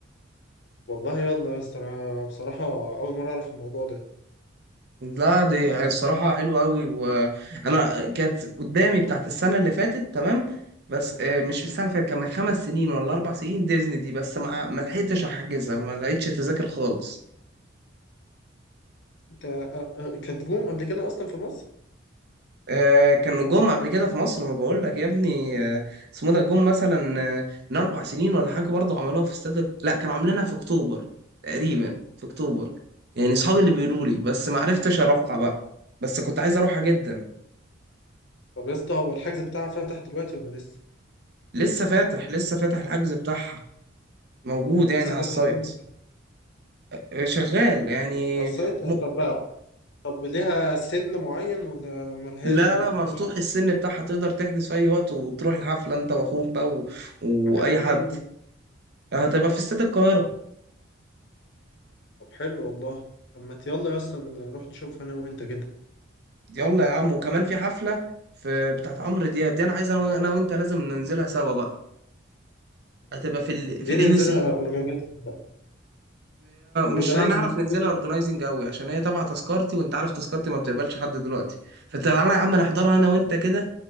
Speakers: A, on the left (about 60°); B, on the right (about 55°).
A: والله يلا يا اسطى انا بصراحه اول مره اعرف الموضوع ده
B: لا دي الصراحة حلوة قوي وانا كانت قدامي بتاعت السنة اللي فاتت تمام بس آه، مش في السنة اللي فاتت كان من خمس سنين ولا أربع سنين ديزني دي بس ما ما لحقتش أحجزها ما لقيتش تذاكر خالص
A: انت آه، آه، كانت جوم قبل كده اصلا في مصر
B: آه، كانوا جم قبل كده في مصر ما بقول لك يا ابني آه، اسمه ده جم مثلا آه، من اربع سنين ولا حاجه برضه عملوها في استاد لا كانوا عاملينها في اكتوبر تقريبا في اكتوبر يعني اصحابي اللي بيقولوا لي بس ما عرفتش اروحها بقى بس كنت عايز اروحها جدا
A: طب يا اسطى هو الحجز بتاعها فتح دلوقتي ولا لسه
B: لسه فاتح لسه فاتح الحجز بتاعها موجود يعني
A: لسه
B: على
A: فتح
B: السايت
A: امتى
B: آه، شغال يعني
A: على السايت
B: م...
A: آه، طب طب ليها سن معين ولا ملهاش
B: لا
A: يعني
B: لا
A: مفتوحة
B: مفتوح السن بتاعها تقدر تحجز في اي وقت وتروح الحفله انت واخوك بقى و... واي
A: مكانها فين
B: حد
A: دي
B: هتبقى في استاد القاهره
A: طب حلو والله طب ما يلا اصلا نروح نشوفها انا وانت كده
B: يلا يا عم وكمان في حفلة في بتاعت عمرو دياب دي انا عايز انا أنا وانت لازم ننزلها سوا بقى هتبقى في ال...
A: ليه
B: في اليو
A: ننزلها
B: سي
A: اورجنايزنج بقى اورجنايزنج
B: مش هنعرف ننزلها
A: <laughs>
B: اورجنايزنج قوي عشان هي تبع تذكرتي وانت عارف تذكرتي ما بتقبلش حد دلوقتي فتعالى يا عم نحضرها انا وانت كده